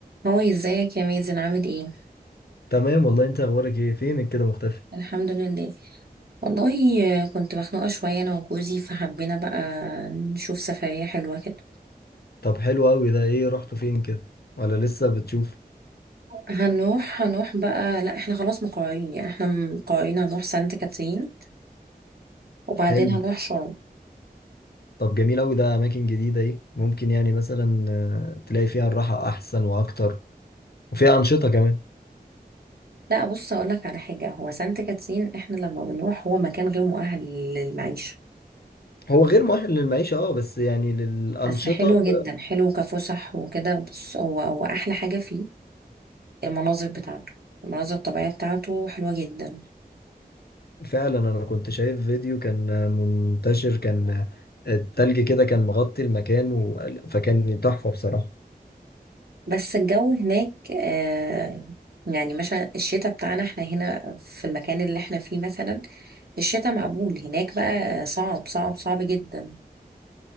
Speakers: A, on the right (about 70°); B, on the left (about 70°).
A: هو ازيك يا مازن عامل ايه
B: تمام والله انت اخبارك ايه فينك كده مختفي
A: الحمد لله والله آه، كنت مخنوقة شوية انا وجوزي فحبينا بقى نشوف سفرية حلوة كده
B: طب حلو قوي ده ايه رحتوا فين كده ولا لسه بتشوف
A: هنروح هنروح بقى لا احنا خلاص مقررين يعني احنا مقررين هنروح سانت كاترين وبعدين
B: حلو
A: هنروح شرم
B: طب جميل قوي ده اماكن جديدة ايه ممكن يعني مثلا آه، تلاقي فيها الراحة احسن واكتر وفيها انشطة كمان
A: لا بص اقولك على حاجة هو سانت كاترين احنا لما بنروح هو مكان غير مؤهل للمعيشة
B: هو غير مؤهل للمعيشة اه بس يعني للانشطة
A: بس حلو
B: ب-
A: جدا حلو كفسح وكده بص هو هو احلى حاجة فيه المناظر بتاعته المناظر الطبيعية بتاعته حلوة جدا
B: فعلا انا كنت شايف فيديو كان آه، منتشر كان آه، التلج كده كان مغطي المكان و... فكان تحفة بصراحة
A: بس الجو هناك آه يعني مثلا الشتاء بتاعنا احنا هنا في المكان اللي احنا فيه مثلا الشتاء مقبول هناك بقى صعب صعب صعب جدا